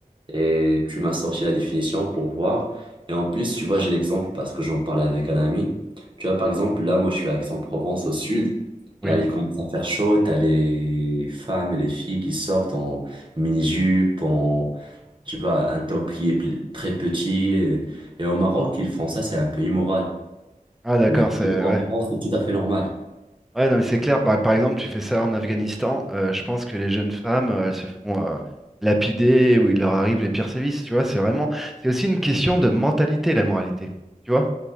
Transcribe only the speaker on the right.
et tu m'as sorti la définition pour voir. Et en plus, tu vois, j'ai l'exemple parce que j'en parlais avec un ami. Tu vois, par exemple, là, moi, je suis à Aix-en-Provence, au sud.
Là, il commence à faire chaud, t'as les femmes et les filles qui sortent en mini-jupe, en Tu vas à un top qui est pl- très petit. euh, Et, au Maroc, ils font ça, c'est un peu immoral.
Mais
sinon, en
France, c'est tout à fait normal.